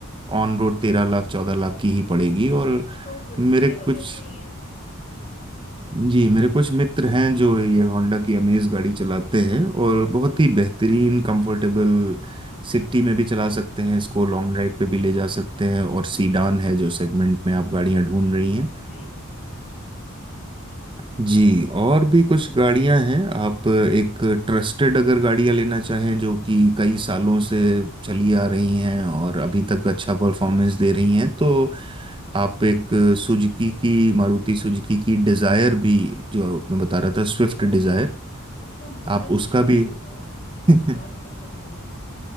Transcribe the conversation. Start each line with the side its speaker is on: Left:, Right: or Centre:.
Right: ऑन रोड तेरह लाख चौदह लाख की ही पड़ेगी और
Left: तो फिर
Right: मेरे
Left: ठीक है
Right: कुछ
Left: बजट में ही है
Right: जी मेरे कुछ मित्र हैं जो ये होंडा की अमेज गाड़ी चलाते हैं और
Left: ओके
Right: बहुत ही बेहतरीन कंफर्टेबल सिटी में भी चला सकते हैं इसको लॉन्ग ड्राइव पे भी ले जा सकते हैं और सीडान है जो सेगमेंट में आप गाड़ियां ढूंढ रही हैं
Left: जी
Right: जी और भी कुछ गाड़ियां हैं आप एक ट्रस्टेड अगर गाड़ियां लेना चाहें जो कि कई सालों से चली आ रही हैं और
Left: जी
Right: अभी तक अच्छा परफॉर्मेंस दे रही हैं तो आप एक सुजुकी की मारुति सुजुकी की डिजायर भी जो मैं बता रहा था स्विफ्ट
Left: ओके
Right: डिजायर
Left: उसका मॉडल
Right: आप उसका
Left: मुझे
Right: भी
Left: कोई बहुत कुछ
Right: <laughs>
Left: खास पसंद नहीं है